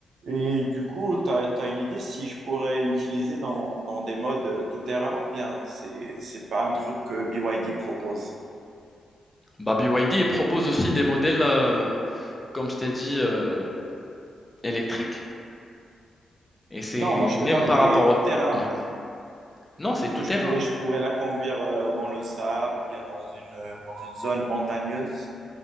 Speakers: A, on the right; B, on the left.
A: Et du coup, tu as, une idée si je pourrais l'utiliser dans, dans des modes euh, tout-terrain ou bien c'est, c'est pas un truc que BYD propose?
B: Bah, BYD propose aussi des modèles, euh, comme je t'ai dit, euh, électriques. Et c'est
A: Non, moi je te
B: même
A: parle
B: par
A: des
B: rapport au...
A: tout-terrains.
B: Ouais. Non, c'est
A: Est-ce
B: tout
A: que je
B: terrain.
A: pourrais, je pourrais la conduire euh, dans le sable ou bien dans une, euh, dans une zone montagneuse?